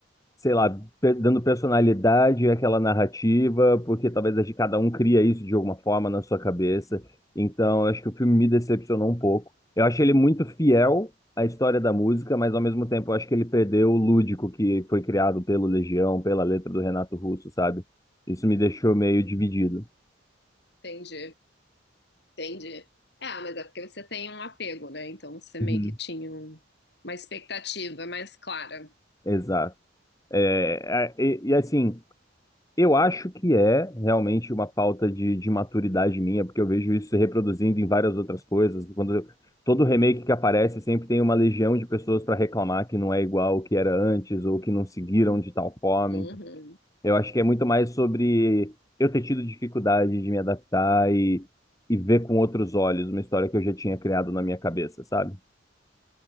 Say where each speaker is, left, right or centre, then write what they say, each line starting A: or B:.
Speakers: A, on the left; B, on the left.
A: sei lá, pe- dando personalidade àquela narrativa, porque talvez a de cada um cria isso de alguma forma na sua cabeça. Então, eu acho que o filme me decepcionou um pouco. Eu achei ele muito fiel à história da música, mas ao mesmo tempo eu acho que ele perdeu o lúdico que foi criado pelo Legião, pela letra do Renato Russo, sabe? Isso me deixou meio dividido.
B: Entendi, entendi. É, mas é porque você tem um apego, né? Então você meio
A: Uhum.
B: que tinha um- uma expectativa mais clara.
A: Exato. É, a- e, e, assim, Eu acho que é realmente uma falta de, de maturidade minha, porque eu vejo isso se reproduzindo em várias outras coisas. Quando eu- todo remake que aparece, sempre tem uma legião de pessoas para reclamar que não é igual o que era antes ou que não seguiram de tal forma.
B: Uhum.
A: Então, eu acho que é muito mais sobre eu ter tido dificuldade de me adaptar e, e ver com outros olhos uma história que eu já tinha criado na minha cabeça, sabe?